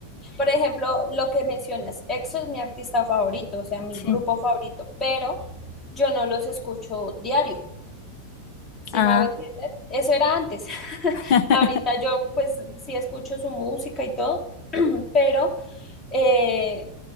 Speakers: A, on the left; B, on the left.
A: Por ejemplo, lo que mencionas, EXO es mi artista favorito, o sea, mi
B: Sí.
A: grupo favorito, pero yo no los escucho diario, ¿sí
B: Ah,
A: me hago entender? Eso era antes. <laughs>
B: <laughs>
A: Ahorita yo pues sí escucho su música y todo, <clears throat> pero eh,